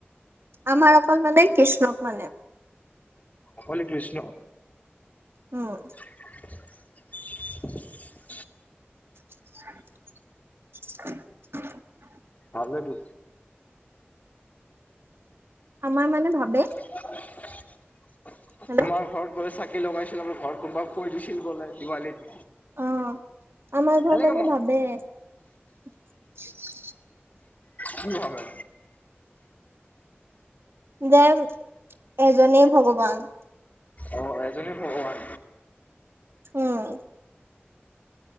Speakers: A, on the right; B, on the left.
A: আমাৰ অকল মানে কৃষ্ণক মানে।
B: হৰি কৃষ্ণ।
A: উম।
B: <inaudible>
A: <inaudible>
B: ভালেটো।
A: আমাৰ মানে ভাবে
B: <inaudible>
A: হেল্ল'
B: তোমাৰ ঘৰত বোলে চাকি লগাইছিলো, তোমাৰ ঘৰত কোনোবাই কৈ দিছিল বোলে দিৱালীত।
A: অ আমাৰ ঘৰত
B: এনেকে
A: মানে ভাবে <inaudible>
B: কি ভাবে
A: দে এজনেই ভগৱান।
B: অ এজনেই ভগবান
A: অঁহ।